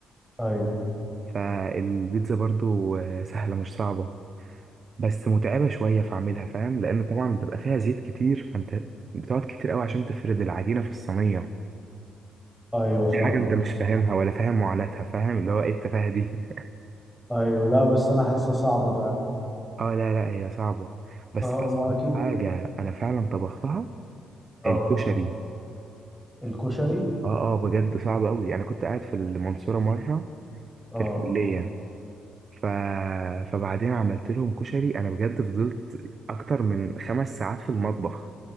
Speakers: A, in the centre; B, on the right.
A: ايوه
B: فالبيتزا برضو آه، سهلة مش صعبة بس متعبة شوية في عملها فاهم لأن طبعا بيبقى فيها زيت كتير فأنت بتقعد كتير قوي عشان تفرد العجينة في الصينية
A: ايوه فاهمك
B: دي حاجة أنت مش فاهمها
A: فاهمك
B: ولا فاهم معاناتها فاهم اللي هو إيه التفاهة دي <laughs>
A: ايوه لا بس انا حاسسها صعبة فعلا
B: اه لا لا هي صعبة بس
A: اه
B: أصعب
A: ما اكيد
B: حاجة أنا فعلا طبختها
A: اه
B: الكشري
A: الكشري
B: اه اه بجد صعب قوي أنا كنت قاعد في المنصورة مرة
A: اه
B: في الكلية ف... فبعدين عملت لهم كشري انا بجد فضلت اكتر من خمس ساعات في المطبخ